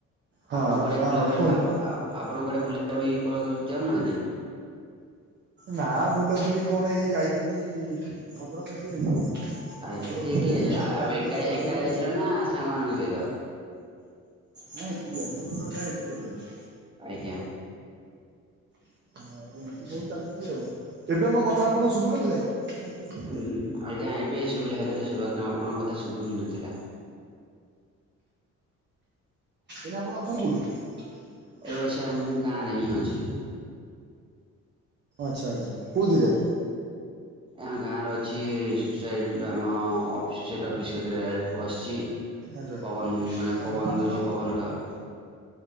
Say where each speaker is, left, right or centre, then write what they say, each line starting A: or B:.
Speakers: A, on the right; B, on the right.
A: ହଁ
B: ଆପଣ ବୁଲାବୁଲି
A: ଆଉ କୁହନ୍ତୁ
B: ଆପ ଆପ ଆପଣଙ୍କ କୁଆଡେ ବୁଲାବୁଲି ଯାଉନାହାନ୍ତି।
A: ନା ବୁଲାବୁଲି କଣ ଏଇ ଯାଇଥିଲି ଭଦ୍ରକ ଟିକି ଯାଇଥିଲି।
B: ଆଜ୍ଞା
A: ଭଦ୍ରକକୁ
B: କିଏ
A: ଯାଇଥିଲି
B: କିଏ ଯାଇଥିଲେ
A: ଏଠି
B: ଆ
A: ଯୋଉ ଆରଡ଼ି
B: ଏକା
A: ଆରଡ଼ି
B: ଏକା ଯାଇଥିଲ ନା ସାଙ୍ଗମାନାନଙ୍କ ସହିତ।
A: ନାଇଁ ଏକୁଟିଆ ମୁଁ ଏକୁଟିଆ ଯାଇଚି।
B: ଆଜ୍ଞା।
A: <inaudible> କଣ ଚାଲିଛି ଆଉ ତବେ ମୋ କଥା କଥା ଆପଣଙ୍କୁ ଶୁଭୁନଥିଲା କି? କିଛି ସମୟ ପୂର୍ବରୁ
B: ହୁଁ ଆଜ୍ଞା ଏବେ ସୁବିଲା ହେତେ ବେଳେ ସୁବା। ଆପଣଙ୍କ କଥା ଶୁଭୁ ହିଁ ନଥିଲା।
A: ଏବେ ଆପଣ ଅଛନ୍ତି କୋଉଠି।
B: ଏବେଛ ମୁଁ ଗାଓଁ ରେ ଅଛି।
A: ଆଚ୍ଛା ଆଚ୍ଛା। କୋଉ ଜେଗାରେ।
B: ଆ ଗାଁର ଅଛି ସୁସାଇଡ଼ ଆମ ସୁସାଇଡ଼ ଅଫିସ୍ କତିରେ ବସିଛି।
A: ଆଜ୍ଞା ଆଉ
B: ପବନ ମାନେ ପବନ
A: ଧାନ
B: ଦଉଛି
A: ଫାନ
B: ପବନ ଖାଉଛି।